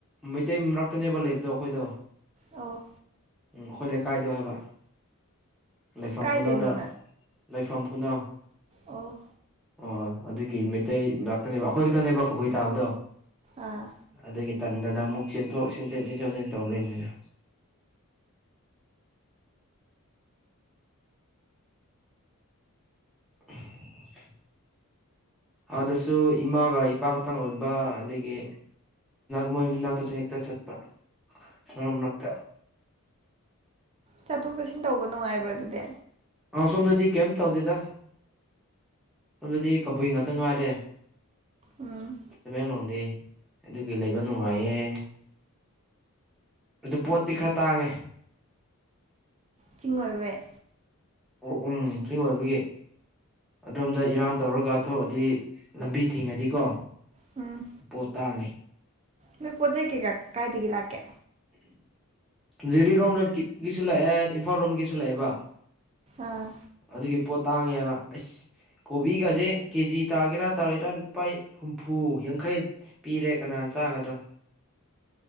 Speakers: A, in the centre; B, on the right.
A: ꯃꯩꯇꯩ ꯃꯔꯛꯇꯅꯦꯕ ꯂꯩꯕꯗꯣ ꯑꯩꯈꯣꯏꯗꯣ
B: ꯑ
A: ꯎꯝ ꯑꯩꯈꯣꯏ ꯂꯩꯀꯥꯏꯗꯣ ꯍꯥꯏꯕ ꯂꯩꯐꯝ
B: ꯀꯥꯏꯗꯩꯅꯣ
A: ꯈꯨꯅꯗ ꯂꯩꯐꯝ ꯈꯨꯅ
B: ꯑꯣꯐ
A: ꯑꯣ ꯑꯗꯨꯒꯤ ꯃꯩꯇꯩ ꯉꯛꯇꯅꯦꯕ ꯑꯩꯈꯣꯏ ꯈꯛꯇꯅꯦꯕ ꯀꯕꯨꯏ ꯇꯥꯕꯗꯣ
B: ꯑꯥ
A: ꯑꯗꯒꯤ ꯇꯟꯗꯅ ꯑꯃꯨꯛ ꯆꯦꯟꯊꯣꯛ ꯆ ꯆꯟ ꯆꯣꯛ ꯆꯟ ꯇꯧ ꯂꯩꯅꯤꯅ <unintelligible> ꯑꯥꯗꯁꯨ ꯏꯃꯥꯒ ꯏꯄꯥꯛꯀꯇꯥꯡ ꯑꯣꯏꯕ ꯑꯗꯒꯤ ꯃꯣꯏ ꯃꯅꯥꯛꯇꯁꯨ ꯍꯦꯛꯇ ꯆꯠꯄ ꯃꯔꯛ ꯃꯔꯅꯥꯛꯇ
B: ꯆꯠꯊꯣꯛ ꯆꯠꯁꯤꯟ ꯇꯧꯕ ꯅꯨꯡꯉꯥꯏꯕ꯭ꯔꯥ ꯑꯗꯨꯗꯤ
A: ꯑ ꯁꯣꯝꯗꯗꯤ ꯀꯩꯝ ꯇꯧꯗꯦꯗ ꯃꯇꯝ ꯑꯗꯨꯗꯤ ꯀꯕꯨꯏ ꯉꯥꯛꯇ ꯉꯥꯏꯔꯦ
B: ꯎꯝ
A: ꯇꯃꯦꯡꯂꯣꯡꯗꯤ ꯑꯗꯨꯒꯤ ꯂꯩꯕ ꯅꯨꯡꯉꯥꯏꯌꯦꯦ ꯑꯗꯨ ꯄꯣꯠꯇꯤ ꯈꯔ ꯇꯥꯡꯉꯦ
B: ꯆꯤꯡ ꯑꯣꯏꯔꯦ
A: ꯑꯣ ꯎꯝ ꯆꯤꯡ ꯑꯣꯏꯕꯒꯤ ꯑꯗꯣꯝꯗ ꯏꯔꯥꯡ ꯇꯧꯔꯒ ꯊꯣꯛꯑꯗꯤ ꯂꯝꯕꯤ ꯊꯤꯡꯉꯗꯤꯀꯣ
B: ꯍꯥꯥ
A: ꯄꯣꯇꯥꯅꯤ
B: ꯅꯣꯏ ꯄꯣꯠ ꯆꯩ ꯀꯩꯀꯥ ꯀꯥꯏꯗꯒꯤ ꯂꯥꯛꯀꯦ
A: ꯖꯤꯔꯤꯔꯣꯝꯅ ꯒꯤꯁꯨ ꯂꯥꯛꯑꯦ ꯏꯝꯐꯥꯜ ꯔꯣꯝꯒꯤꯁꯨ ꯂꯥꯛꯑꯦꯕ
B: ꯑꯥ
A: ꯑꯗꯨꯒꯤ ꯄꯣꯠ ꯇꯥꯡꯉꯦꯕ ꯑꯩꯁ ꯀꯣꯕꯤꯒꯁꯦ ꯀꯦꯖꯤ ꯇꯥꯒꯦꯔꯥ ꯇꯥꯔꯣꯏꯗꯔꯥ ꯂꯨꯄꯥ ꯍꯨꯝꯐꯨ ꯌꯥꯡꯈꯩ ꯄꯤꯔꯦ ꯀꯅꯥꯅ ꯆꯥꯒꯗ꯭ꯔꯣ